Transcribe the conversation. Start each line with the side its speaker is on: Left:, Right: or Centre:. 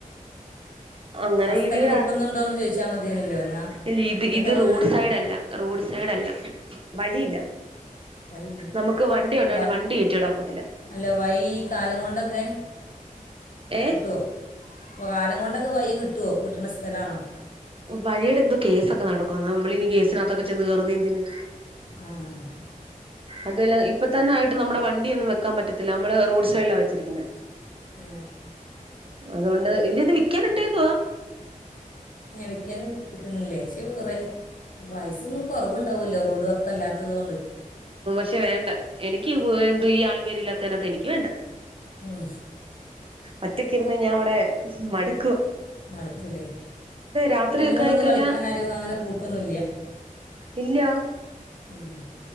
Right: അങ്ങനെ
Left: ആ സ്ഥലം
Right: ഈ വീടാ
Left: വ്ക്കുന്നുണ്ടോന്ന് ചോദിക്ക് - വച്ചാൽ മതിയല്ലോ എന്നാൽ
Right: ഇല്ല,
Left: നിങ്ങൾക്ക്
Right: ഇത്
Left: ആ
Right: റോട്
Left: വീട് കിട്ടും
Right: സൈഡ് അല്ല, വഴി ഇല്ല
Left: വഴിയില്ല
Right: നമുക്ക് വണ്ടിഉണ്ടായോണ്ട്
Left: വ
Right: കയറ്റി ഇടാൻ ഒക്കത്തില്ല.
Left: അല്ല വഴി കാലം കൊണ്ടൊക്കെ
Right: ഏഹ്
Left: കിട്ടോ? ഇപ്പോ കാലം കൊണ്ടൊക്കെ വഴി കിട്ടോ? കിട്ട്ണ സ്ഥലാണോ?
Right: വഴിടെ എന്തോ കേസൊക്കെ നടക്കുവാന്ന് നമ്മളിനി കേസിനകത്തൊക്കെ ചെന്ന് കേറുന്നേ എന്തിന്?
Left: ആഹ്
Right: അതുവല്ല ഇപ്പ തന്നെ ആയിട്ട് നമ്മടെ വണ്ടി ഒന്നും വെക്കാൻ പറ്റത്തില്ല നമ്മള് റോഡ് സൈഡിലാ വെച്ചിരിക്കുന്നെ.
Left: ഏ
Right: അതുകൊണ്ട് ഇവരിത് വിക്കാനിട്ടേക്കുവാ
Left: എ വെക്കാന് കിട്ടിണില്ലേ ഷി റെ പൈസൊന്നും കൊറവുണ്ടാവല്ലോ റോഡ് വക്കല്ലാത് ത്തതു കൊണ്ട്
Right: ക്ഷെ വേണ്ട എനിക്ക് വ് എന്തു ഈ ആളും പേരില്ലാത്തതിനാത്ത് എനിക്ക് വേണ്ട
Left: ഉം
Right: ഒറ്റക്ക് ഇരുന്ന് ഞാൻ ഇവടെ മടു
Left: മടുത്തൂല്ലേ
Right: രാത്രിയൊക്കെ
Left: കുഞ്ഞുങ്ങളൊന്നും
Right: ആയിക്കഴിഞ്ഞാ
Left: കളിക്കാനാരും അങ്ങനെ കൂട്ടൊന്നുല്യാ
Right: ഇല്യാ
Left: ഉം